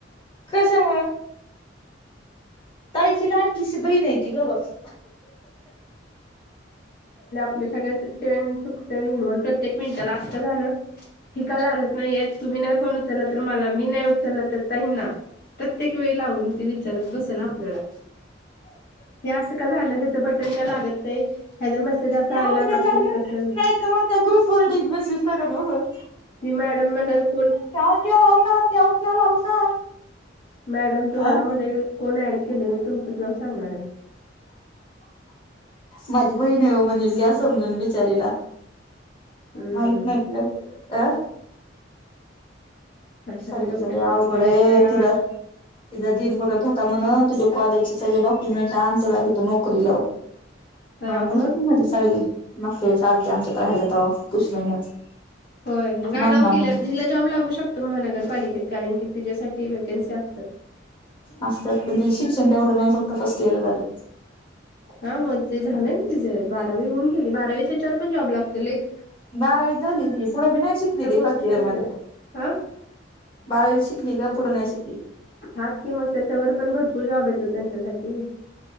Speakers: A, on the left; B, on the left.
A: कशामुळं ताईची लाडकीशी बहिण हायती ग बस
B: आप सगळ्याच चेन सक्सेल हुडवल प्रत्येक मिनिटाला असत झालं ही लागत नाही तुम्ही नाही फोन उचलला तर मला मी नाही उचलला तर ताईंना ना प्रत्येक वेळी लावून ते विचारत बसेल आपल्याला या असं का झालं ह्याचं बटन का लागत नाही ह्याचा मेसेज असा
A: का
B: आला नसन तसन
A: नाही मग त्या ग्रुपर ढीग मेसेज टाकत बसु
B: ती मॅडम म्हणल कोण
A: त्याव क लाव का त्याव क लाव का
B: मॅडम तुम्हाला
A: आ
B: म्हणेल कोण ऍड केले मी तुमचंच नाव सांगणार आहे
A: माझी बहीण हो म्हणेल घ्या समजून बिचारीला
B: हम्म
A: माहित नाही त अ
B: कशाला
A: सायलीचं
B: डोक्याला
A: लय आवघड
B: ताप वाढायचा
A: ये तिला तिझा दीर म्हणत होता म्हण तुझ्या कॉलेजचे सगळे डॉक्युमेंट आण तुला इंथ नोकरी लाव
B: हा
A: मला म्हणत
B: मग
A: हुती मधी सायली मागच्यावेळेस आमच्यात राहायला तवा पौष महिन्यात
B: होय मग
A: म्हणला
B: आनाव
A: म्हणून
B: हिला जॉब लागू शकतो महानगरपालिकेत कारण की तिच्यासाठी वेकन्सी असतात.
A: असतात पण त्या शिक्षण तेवढं नाही फक्त फस्ट येइर झालय
B: हा मगजे झालंय ना तिचेे बारावी होऊन गेली बारवीच्याच्यावर पण जॉब लागत एक
A: बारावीच झालीये तीझी पुढं बी नाही शिकली ती
B: पोस्ट
A: फस्ट इयर
B: नसतात
A: मध्ये
B: हा
A: बारावी शिकली का पुढं नाही शिकली
B: हाच कि मग त्याच्यावर पण भरपूर जॉब येतो त्यांच्यासाठी